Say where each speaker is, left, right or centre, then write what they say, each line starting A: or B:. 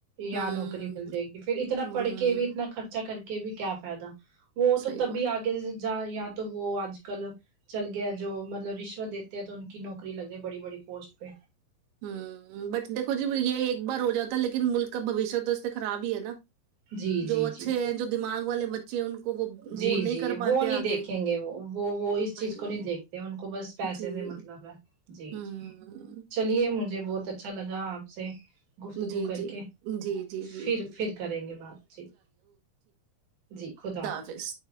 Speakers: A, on the right; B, on the right.
A: یااں
B: ہوں
A: نوکری مل جائے گی پھر اتنا
B: ہوں
A: پڑھ کے بھی اتنا خرچا کر کے بھی کیا فائدہ وہ تو
B: صحیح
A: تبھی
B: بات
A: آگے ج یا تو وہ آج کل چل گیا جو مطلب رشوت دی تو ان کی نوکری لگ رہ ہے بڑی بڑی پوسٹ پہ
B: ہوں بٹ دیکھو جی یہ ایک بار ہو جاتا لیکن ملک کا بھوش تو اس سے خراب ہی ہے نا
A: جی
B: جو
A: جی
B: اچھے
A: جی
B: ہیں جو دماغ والے بچے ہیں ان کو وہ
A: جی
B: وہ نہیں
A: جی
B: کر پاتے
A: وہ نہیں
B: آگے
A: دیکھیں گے وہ وہ اس
B: وہی
A: چیز کو نہیں دیکھ ان کو بس پیسے
B: جی
A: سے مطلب ہے جی
B: ہوں
A: جی چلیے مجھے بہت اچھا لگا آپ سے گفتگو
B: جی
A: کر
B: جی
A: کے
B: جی جی
A: پھر
B: جی جی
A: پھر کریں گے بات چیت جی خدافظ
B: فس